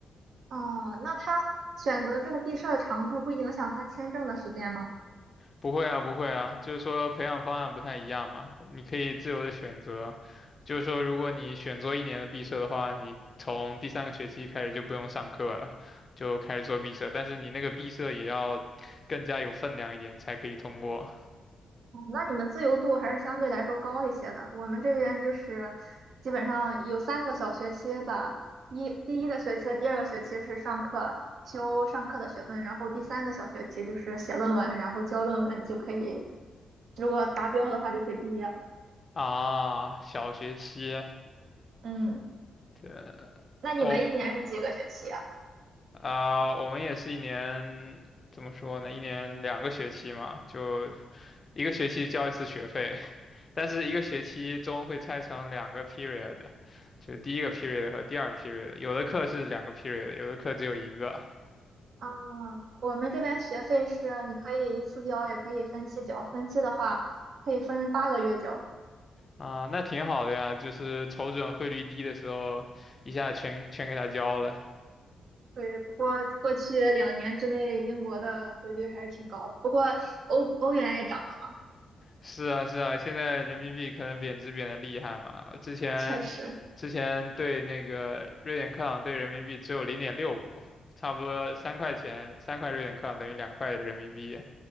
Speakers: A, on the right (about 70°); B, on the left (about 35°).
A: 嗯，那他选择这个毕设的长度会影响他签证的时间吗？
B: 不会啊，不会啊，就是说培养方案不太一样嘛，你可以自由的选择。就是说，如果你选做一年的毕设的话，你从第三个学期开始就不用上课了，就开始做毕设。但是你那个毕设也要更加有分量一点才可以通过
A: 那你们自由度还是相对来说高一些的。我们这边就是基本上有三个小学期吧，一第一个学期和第二个学期是上课修上课的学分，然后第三个小学期就是写论文，然后交论文就可以，如果达标的话就可以毕业了。
B: 啊。小学期，
A: 嗯，
B: 对，
A: 那你们一年是几个学期啊？
B: 我、啊、我们也是一年，怎么说呢？一年两个学期嘛，就一个学期交一次学费，但是一个学期中会拆成两个 period，就第一个 period 和第二个 period，有的课是两个 period，有的课只有一个。
A: 嗯，我们这边学费是你可以一次交，也可以分期交。分期的话可以分八个月交。
B: 啊，那挺好的呀，就是瞅准汇率低的时候，一下全全给它交了。
A: 对，不过过去两年之内，英国的汇率还是挺高的。不过欧欧元也涨了嘛，
B: 是啊，是啊，现在人民币可能贬值贬得厉害嘛，之前之前对那个瑞典克朗兑人民币只有零点六五，
A: 确实。
B: 差不多三块钱，三块瑞典克朗等于两块人民币。